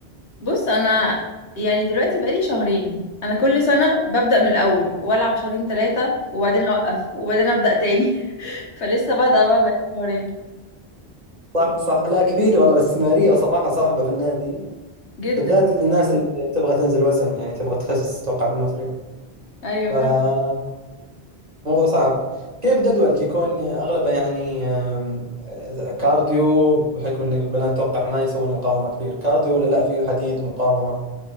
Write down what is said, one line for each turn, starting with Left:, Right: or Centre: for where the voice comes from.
Left: بص انا يعني دلوقتي بقالي شهرين انا كل سنه ببدا من الاول والعب شهرين ثلاثه وبعدين اوقف وبعدين ابدا تاني <laughs> فلسه بادئه بقى بقالي شهرين
Right: صح صح لا كثير والله الاستمرارية صراحة صعبة في النادي
Left: جدا
Right: بالذات للناس اللي تبغى تنزل وزن يعني تبغى تخس توقع بالمصري
Left: ايوه
Right: فالموضوع
Left: فعلا
Right: صعب كيف جدولك يكون اغلبه يعني أم، كارديو بحكم ان البنات توقع ما يسوون مقاومة كثير كارديو ولا لا فيه حديد ومقاومة؟